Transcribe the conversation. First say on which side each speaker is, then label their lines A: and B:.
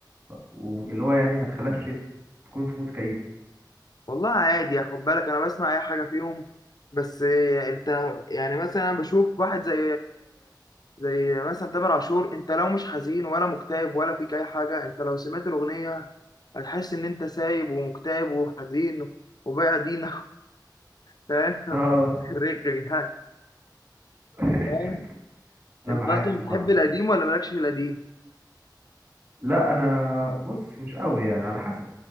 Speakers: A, on the right; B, on the left.
A: واللي هو يعني ما تخلكش تكون في مود كئيب
B: والله عادي خد بالك انا بسمع اي حاجه فيهم بس إيه، انت يعني مثلا انا بشوف واحد زي زي مثلا تامر عاشور انت لو مش حزين ولا مكتئب ولا فيك اي حاجه انت لو سمعت الاغنيه هتحس ان انت سايب ومكتئب وحزين وبايع دينك فاهم
A: اه
B: <laughs> رغي يعني
A: <laughs>
B: فاهم؟
A: انا
B: انت
A: معاك
B: اصلا
A: بصراحه
B: بتحب
A: معاك.
B: القديم ولا مالكش في القديم
A: لا انا بص مش قوي يعني على حسب